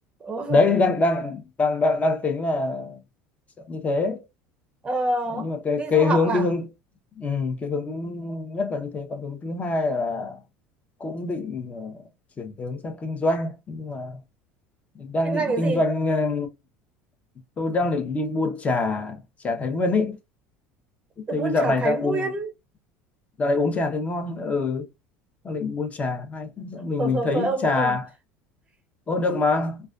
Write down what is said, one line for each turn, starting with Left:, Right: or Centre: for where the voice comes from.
Right: <laughs> ừ.
Left: đấy đang đang đang đang đang tính là sẽ như thế
Right: ờ,
Left: Đấy, nhưng mà cái
Right: đi
Left: cái
Right: du học
Left: hướng
Right: à
Left: cái hướng ừ, cái hướng nhất là như thế còn hướng thứ hai là cũng định ờ, chuyển hướng sang kinh doanh nhưng mà đang
Right: kinh
Left: định
Right: doanh cái
Left: kinh
Right: gì
Left: doanh ờ, tôi đang định đi mua trà trà Thái Nguyên ấy
Right: từ
Left: thấy
Right: buôn
Left: bây dạo
Right: trà
Left: này
Right: Thái
Left: đang
Right: Nguyên
Left: uống dạo này uống trà thấy ngon ừ đang định mua trà hay mình
Right: thôi
Left: mình
Right: thôi
Left: thấy
Right: thôi ông
Left: trà
Right: ông
Left: ô được mà